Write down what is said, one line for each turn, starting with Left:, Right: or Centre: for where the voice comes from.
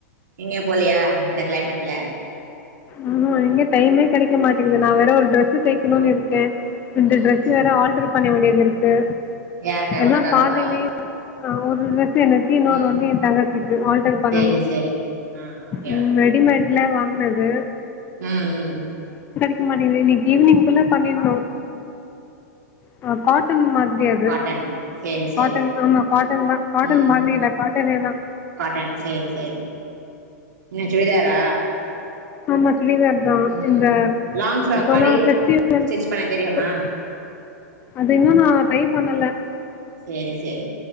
Right: எங்கையும் போலையா இந்த கிளைமேட்ல
Left: ஆஹா எங்க டைமே கிடைக்க மாட்டேங்கிது நா வேற ஒரு ட்ரெஸ் தைய்க்கணும்னு இருக்கேன் ரெண்டு
Right: ம்
Left: டிரஸ் வேற ஆல்டர் பண்ண வேண்டியது இருக்கு
Right: யாருக்கு
Left: எல்லா
Right: உனக்காகவா
Left: பாதியிலயே ஆ ஒரு ட்ரெஸ் எனக்கு இன்னொன்னு
Right: ம்
Left: வந்து என் தங்கச்சிக்கு ஆல்டர் பண்ணணும்
Right: செரி செரி ஆ ஓகே
Left: உம் இல்ல வாங்னது
Right: உம் உம்
Left: உம் மதியம் மணி இன்னைக்கு ஈவினிங்குள்ள பண்ணிருன்னும் கா காட்டன் மாத முடியாது
Right: காட்டன் சேரி சேரி
Left: காட்டன் ஆமா காட்டன் தான் காட்டன்
Right: ம்
Left: மாதிரி இல்ல காட்டனே தான்
Right: காட்டன் சேரி சேரி என்ன சுடிதாரா
Left: ஆமா சுடிதார் தான்
Right: ம்
Left: இந்த
Right: லாங் ஃப்ராக்
Left: இப்பல்லாம்
Right: மாரி
Left: பெஸிவல்
Right: ஸ்டிச் பண்ண தெரியுமா
Left: பெஸ் அது இன்னும் நா ட்ரை பண்ணல
Right: சேரி சேரி